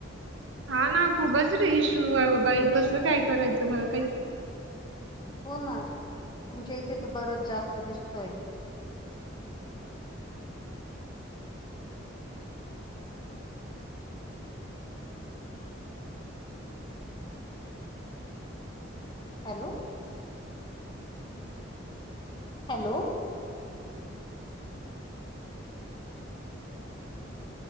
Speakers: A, on the right; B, on the left.
A: हा ना खूपच र इश्यू आहे बाबा ही कसं काय करायचं मला काहीच
B: हो ना तुमच्या इथे तर बरंच जास्त दिसतोय. हॅलो! हॅलो!